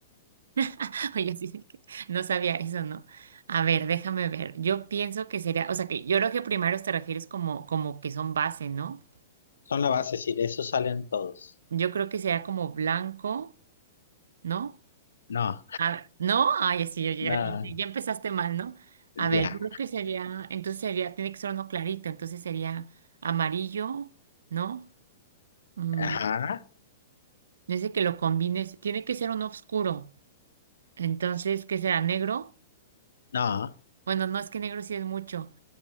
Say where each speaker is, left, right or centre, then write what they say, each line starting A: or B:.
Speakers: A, on the right; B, on the left.
A: <laughs> Oye, sí, de que no sabía eso, ¿no? A ver, déjame ver. Yo pienso que sería, o sea, que yo creo que primero te refieres como, como que son base, ¿no?
B: son la base, sí, de eso salen todos.
A: Yo creo que sería como blanco, ¿no?
B: No,
A: A- ¿no? Ay, sí, ya, ya-
B: no,
A: ya empezaste mal, ¿no? A ver,
B: ya,
A: yo creo que sería, entonces sería, tiene que ser uno clarito, entonces sería amarillo, ¿no? Mm,
B: ajá,
A: dice que lo combines, tiene que ser uno oscuro, entonces, ¿qué será? ¿Negro?
B: no,
A: Bueno, no, es que negro sí es mucho.